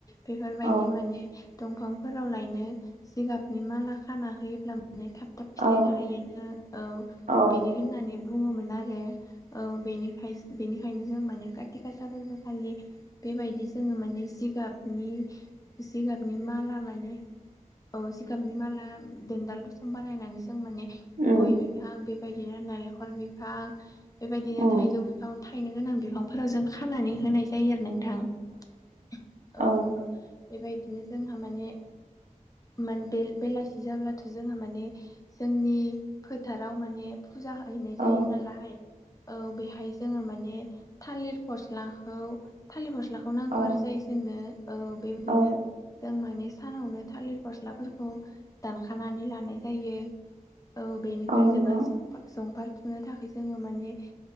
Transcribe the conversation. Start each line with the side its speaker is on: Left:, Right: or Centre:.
Left: बेफोरबायदि
Right: औ
Left: माने दंफांफोराव लायनो जिगाबनि माला खाना होयोब्ला माने थाब थाब फिथाइ
Right: औ
Left: थायो नो औ
Right: औ
Left: बिदि होननानै बुङोमोन आरो औ बेनिखायसो बेनिखायनो जों माने काथि गासा फोरबो खालि बेबायदि जोङो माने जिगाबनि जिगाबनि माला माने
Right: <inaudible>
Left: औ जिगाबनि माला दिदाल रसम बानायनानै जों माने
Right: उम
Left: गय बिफां बेबायदिनो नालेंखर बिफां बेबायदिनो
Right: उम
Left: थाइजौ बिफां। थायनो गोनां बिफांफोराव जों खानानै होनाय जायो आरो नोंथां औ
Right: औ
Left: नंगौ। बेबायदिनो जोंहा माने मन बे बेलासि जाब्लाथ' जोंहा माने जोंनि फोथाराव माने फुजा हैनाय जायो
Right: औ
Left: नालाय औ बेहाय जोङो माने थालिर फस्लाखौ थालिर फस्ला सिख्लाखौ नांगौ
Right: औ
Left: आरो जायो जोंनो औ बेबायदिनो
Right: औ
Left: जों माने सानावनो। थालिर फस्लाफोरखौ दानखानानै लानाय जायो। औ बेनिफ्राय
Right: औ नंगौ
Left: जोंहा जंफार जंफार- थुनो थाखाय जोङो माने